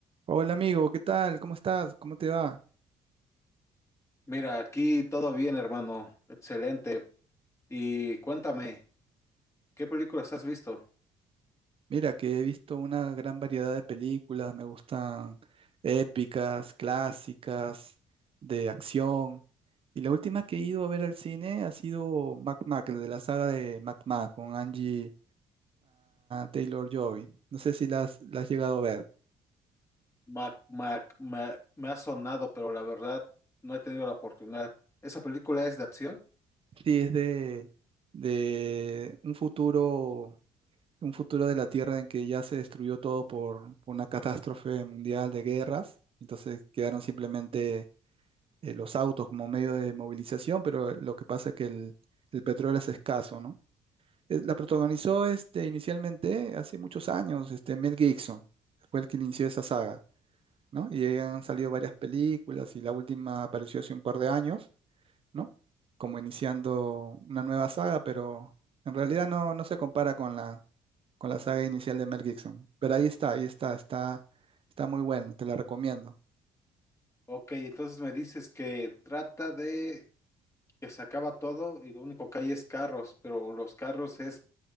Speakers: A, on the right; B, on the left.
A: Hola amigo, ¿qué tal? ¿Cómo estás? ¿Cómo te va?
B: Mira, aquí todo bien, hermano. Excelente. Y cuéntame, ¿qué películas has visto?
A: Mira, que he visto una gran variedad de películas, me gustan épicas, clásicas, de acción. Y la última que he ido a ver al cine ha sido Mac Mac, el de la saga de Mac Mac con Angie Taylor-Joy. No sé si la has, la has llegado a ver.
B: Ma- ma- ma- me ha sonado, pero la verdad no he tenido la oportunidad. ¿Esa película es de acción?
A: Sí, es de, de un futuro un futuro de la Tierra en que ya se destruyó todo por, por una catástrofe mundial de guerras, entonces quedaron simplemente eh, los autos como medio de movilización, pero eh, lo que pasa es que el, el petróleo es escaso, ¿no? Eh, La protagonizó este, inicialmente hace muchos años, este, Mel Gibson, fue el que inició esa saga, ¿no? Y ahí han salido varias películas y la última apareció hace un par de años, ¿no? Como iniciando una nueva saga, pero en realidad no, no se compara con la con la saga inicial de Mel Gibson. Pero ahí está, ahí está, está, está muy bueno, te la recomiendo.
B: Ok, entonces me dices que trata de que se acaba todo y lo único que hay es carros, pero los carros es